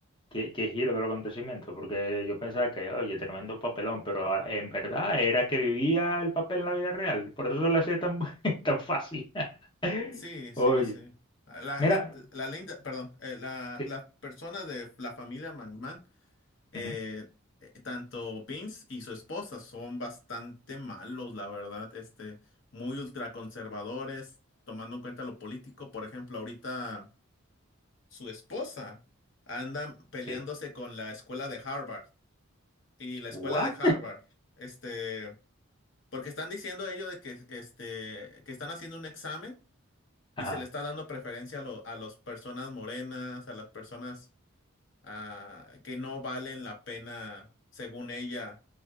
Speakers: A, on the left; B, on the left.
A: ¿qué, qué giro del acontecimiento? Porque yo pensaba que, oye, tremendo papelón, pero ah, en verdad era que vivía el papel en la vida real. Por eso se le hacía tan, <laughs> tan fácil. <laughs>
B: Sí, sí,
A: Oye,
B: sí. La
A: mira,
B: gente, la linda, perdón, eh, la,
A: sí,
B: las personas de la familia McMahon eh,
A: ujú,
B: eh, tanto Vince y su esposa son bastante malos, la verdad, este, muy ultraconservadores, tomando en cuenta lo político. Por ejemplo, ahorita su esposa anda peleándose
A: sí.
B: con la escuela de Harvard y la escuela
A: ¿What?
B: de Harvard, este, porque están diciendo ellos de que, este, que están haciendo un examen
A: Ajá.
B: y se le está dando preferencia a, lo- a las personas morenas, a las personas ah, que no valen la pena, según ella